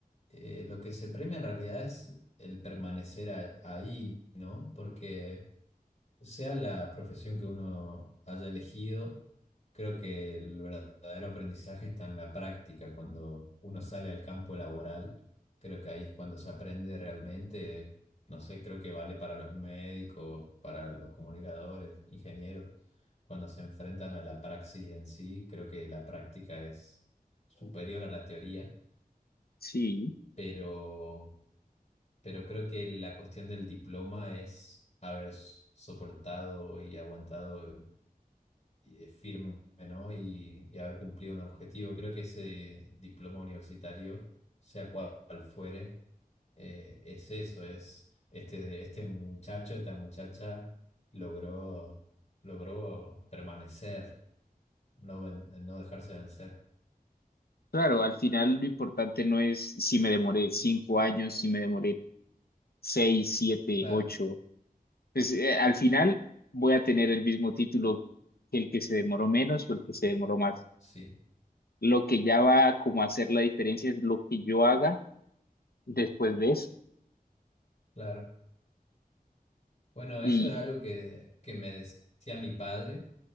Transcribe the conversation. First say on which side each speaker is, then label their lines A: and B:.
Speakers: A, on the left (about 45°); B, on the left (about 80°).
A: eh, lo que se premia en realidad es el permanecer a- ahí, ¿no? Porque sea la profesión que uno haya elegido, creo que el verdadero aprendizaje está en la práctica, cuando uno sale al campo laboral, creo que ahí es cuando se aprende realmente, no sé, creo que vale para los médicos, para los comunicadores, ingenieros, cuando se enfrentan a la praxis en sí, creo que la práctica es superior a la teoría,
B: Sí,
A: pero, pero creo que la cuestión del diploma es haber s- soportado y aguantado y, eh, firme, ¿no? Y, y haber cumplido un objetivo. Creo que ese diploma universitario, sea cual fuere, eh, es eso, es este, este muchacho, esta muchacha logró, logró permanecer, no, ven- eh, no dejarse vencer.
B: claro, al final lo importante no es si me demoré cinco años, si me demoré seis, siete,
A: Claro,
B: ocho. Pues eh, al final voy a tener el mismo título que el que se demoró menos o el que se demoró más.
A: sí,
B: Lo que ya va como a hacer la diferencia es lo que yo haga después de eso.
A: claro. Bueno,
B: Y,
A: eso es algo que, que me decía mi padre,